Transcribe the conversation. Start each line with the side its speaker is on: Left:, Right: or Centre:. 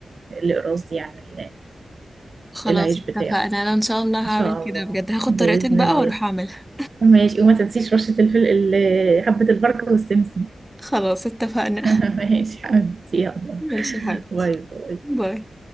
Right: ال القراص دي يعني ال-
Centre: خلاص
Right: العيش
Centre: اتفقنا
Right: بتاعه
Centre: انا ان شاء الله
Right: ان
Centre: هعمل
Right: شاء
Centre: كده
Right: الله
Centre: بجد هاخد
Right: باذن
Centre: طريقتك بقى
Right: الله
Centre: واروح اعملها
Right: ماشي وما تنسيش رشه الفل ال- حبه البركه والسمسم
Centre: خلاص اتفقنا
Right: <laughs>
Centre: <laughs>
Right: ماشي حبيبتي يلا
Centre: ماشي يا حبيبتي
Right: باي باي
Centre: باي